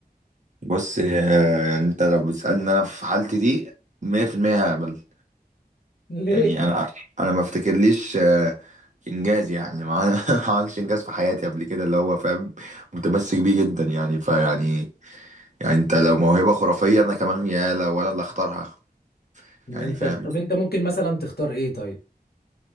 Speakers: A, on the right; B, on the left.
A: بص آه، يعني انت لو بتسألني انا في حالتي دي 100% هقبل
B: <laughs> ليه؟
A: يعني انا انا ما افتكرليش آه، انجاز يعني ما عمل- <laughs> ما عملتش انجاز في حياتي قبل كده اللي هو فاهم متمسك بيه جدا يعني فيعني يعني انت لو موهبة خرافية انا كمان يا لو انا اللي اختارها
B: انت
A: يعني فاهم
B: طب انت ممكن مثلا تختار ايه طيب